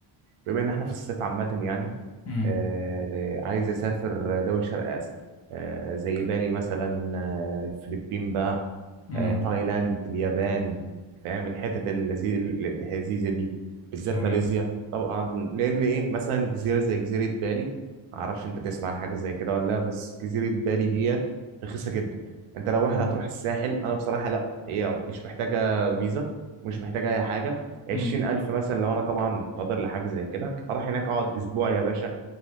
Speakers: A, on the right (about 85°); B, on the left (about 35°).
A: بما ان احنا في الصيف عامه يعني
B: امم
A: آه، ده- عايز اسافر دول شرق اسيا آه، زي بالي مثلا آه، الفلبين بقى
B: امم
A: آه، تايلاند اليابان فاهم الحتت اللذي- اللذيذة دي بالذات
B: تمام
A: ماليزيا طبعا لأن إيه مثلا جزيرة زي جزيرة بالي معرفش أنت تسمع عن حاجة زي كده ولا لا بس جزيرة بالي ديت رخيصة جدا أنت لو واحد
B: امم
A: هتروح الساحل أنا بصراحة لأ هي مش محتاجة فيزا ومش محتاجة أي حاجة عشرين
B: امم
A: ألف مثلا لو أنا طبعا مقتدر لحاجة زي كده هروح هناك أقعد أسبوع يا باشا